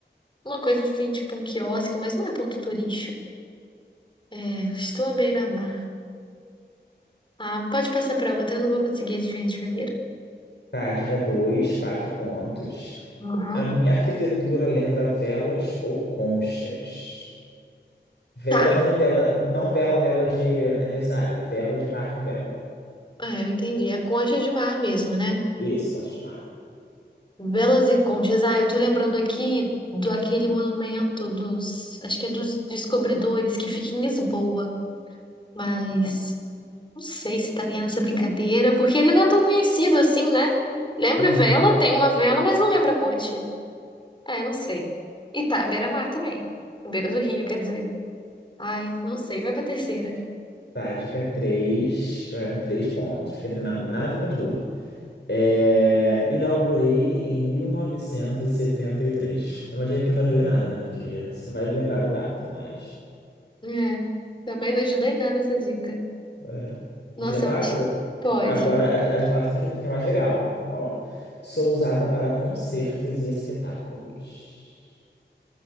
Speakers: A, on the left; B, on the left.
A: uma coisa assim, tipo um quiosque, mas não é ponto turístico. É, estou à beira-mar. Ah, pode passar para outra, eu não vou conseguir adivinhar de primeira.
B: Tá, 2, quatro pontos.
A: Uhum.
B: A minha arquitetura lembra velas ou conchas? Velas,
A: Tá,
B: não de vela, não vela, vela de aniversário, vela de barco a vela.
A: é, eu entendi. É concha de mar mesmo, né?
B: Isso, concha de mar.
A: Velas e conchas. Ah, eu tô lembrando aqui do aquele monumento dos, acho que é dos descobridores que fica em Lisboa, mas. Não sei se estaria nessa brincadeira, porque ele não é tão conhecido assim, né? Lembra
B: Uhum.
A: vela, tem uma vela, mas não lembra ponte. É, não sei. E tá, à beira-mar também. À beira do rio, quer dizer. Ai, não sei, vai pra terceira.
B: Tá, dica 3, ganhando 3 pontos, porque não tem na- nada a ver com Lisboa. É, inaugurei em 1973. É uma dica que não ajudei nada, né? Porque você não vai lembrar da data, mas.
A: É, também não ajudei em nada essa dica.
B: É.
A: Nossa,
B: Dica 4?
A: eu acho que pode.
B: Agora a, a dica 4 fica, fica mais legal. Ó. Sou usada para concertos e espetáculos.